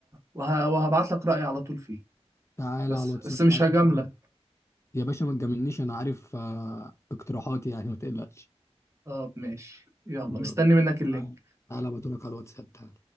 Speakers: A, on the right; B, on the left.
A: وه... وهبعت لك رأيي على طول فيه
B: تعالى
A: بس
B: على الواتساب
A: بس مش
B: ابعت
A: هجاملك
B: لك. يا باشا ما تجاملنيش انا عارف آه، اقتراحاتي يعني ما تقلقش
A: طب ماشي يلا
B: يلا
A: مستني منك اللينك
B: تعالى تعالى بقولك على الواتساب تعالى